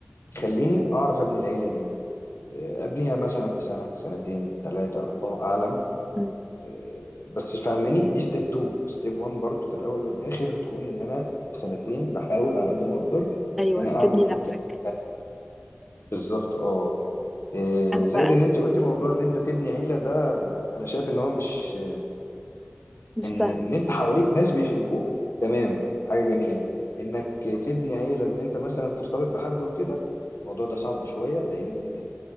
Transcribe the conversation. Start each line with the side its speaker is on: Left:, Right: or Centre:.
Left: تخليني اعرف ابني العيله دي آه، ابنيها مثلا في سنه سنتين ثلاثه الله اعلم
Centre: مم.
Left: آه، بس فهماني دي ستيب 2 ستيب 1 برضو في الاول والاخر هتكون ان انا في سنتين بحاول على قد ما اقدر
Centre: ايوه
Left: ان انا اعمل
Centre: تبني نفسك
Left: الكلام ده بالظبط اه آه،
Centre: انا
Left: زائد
Centre: بقى
Left: ان انت قلتي موضوع ان انت تبني عيله ده انا شايف ان هو مش
Centre: مش
Left: ان
Centre: سهل
Left: ان انت حواليك ناس بيحبوك تمام حاجه جميله انك تبني عيله ان انت مثلا ترتبط بحد وكده الموضوع ده صعب شويه لان